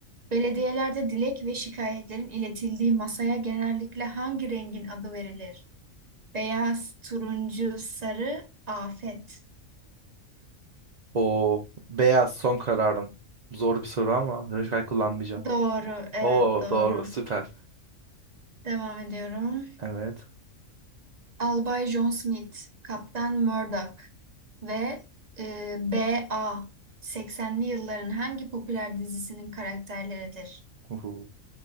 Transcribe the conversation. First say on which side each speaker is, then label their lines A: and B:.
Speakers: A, on the right (about 35°); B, on the right (about 60°).
A: Belediyelerde dilek ve şikayetlerin iletildiği masaya genellikle hangi rengin adı verilir? Beyaz, turuncu, sarı, afet.
B: O beyaz son kararım. Zor bir soru ama radikal kullanmayacağım.
A: Doğru, evet
B: Oo
A: doğru.
B: doğru süper.
A: Devam ediyorum.
B: Evet.
A: Albay John Smith, Kaptan Murdoch ve e, B.A. 80'li yılların hangi popüler dizisinin karakterleridir?
B: Uhu.